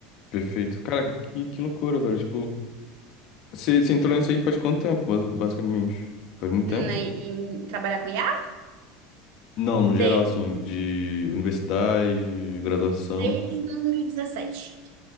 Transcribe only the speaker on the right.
Né,
E, e trabalhar com IA
desde,
desde 2017.